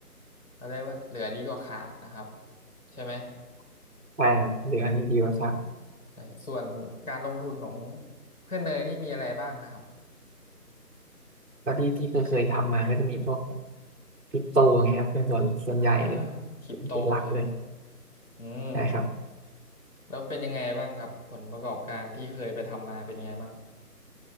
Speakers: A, on the left (about 65°); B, on the right (about 75°).
A: เขาเรียกว่าเหลือดีกว่าขาดนะครับใช่ไหม
B: ใช่ครับเหลืออันนี้ดีกว่าครับ
A: อืม ใช่ส่วนการลงทุนของเพื่อนเนยนี่มีอะไรบ้างนะครับ
B: ก็ที่ที่เคยเคยทำมาก็จะมีพวกคริปโตไงครับเป็นส่วนส่วนใหญ่เลย
A: อ่าคริปโตใช่ไหม
B: เป็นหลักเลย
A: อืม
B: ใช่ครับ
A: แล้วเป็นยังไงบ้างครับผลประกอบการที่เคยไปทำมาเป็นยังไงบ้าง